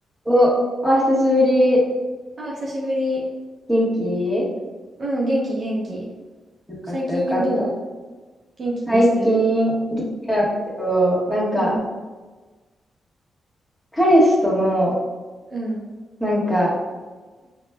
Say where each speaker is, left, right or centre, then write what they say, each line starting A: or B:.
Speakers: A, in the centre; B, on the right.
A: お、お久しぶり。
B: あ、久しぶり。
A: 元気
B: うん、元気元気。
A: よかった、
B: 最近どう
A: よかった。
B: 元気にしてる
A: 最近、元気なんだけど、なんか、
B: うん、
A: 彼氏との、
B: うん、
A: なんか、